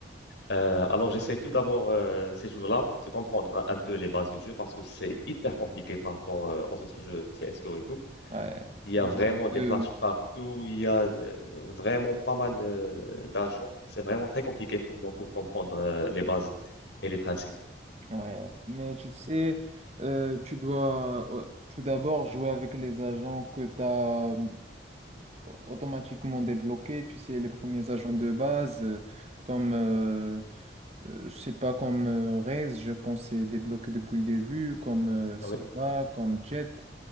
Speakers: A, on the left; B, on the right.
A: Euh, alors, j'essaie tout d'abord euh, ces jeux là de comprendre un peu les bases du jeu parce que c'est hyper compliqué par rapport euh, aux autres jeux CSGO et tout.
B: Ouais.
A: Il y
B: Il
A: a vraiment
B: y a beaucoup de-
A: des flashs partout, il y a euh, vraiment pas mal euh, d'agents. C'est vraiment très compliqué pour moi pour comprendre euh, les bases et les principes.
B: Ouais. Mais tu sais, euh, tu dois euh, tout d'abord jouer avec les agents que tu as, automatiquement débloqués. Tu sais, les premiers agents de base, euh, comme euh, Euh, c'est pas comme euh, Rez, je pense, c'est débloqué depuis le début, comme euh, Sova,
A: Ah Oui,
B: comme Jet.